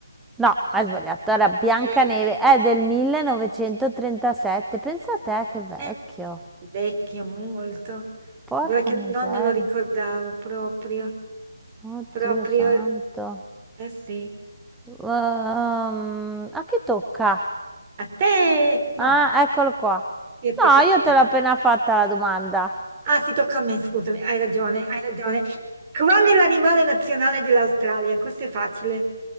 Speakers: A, in the centre; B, on the right.
A: No, hai sbagliato, era Biancaneve,
B: è,
A: è del 1937. Pensate, eh, che vecchio.
B: è vecchio molto,
A: Porca
B: guarda che
A: miseria.
B: non me lo ricordavo proprio,
A: Oddio
B: proprio,
A: santo.
B: eh sì.
A: Ehm, a chi tocca?
B: A te, no,
A: Ah, eccolo qua. No,
B: io te- a
A: io
B: te.
A: te l'ho appena fatta la domanda.
B: Ah, sì, tocca a me, scusami, hai ragione, hai ragione. Qual è l'animale nazionale dell'Australia? Questo è facile.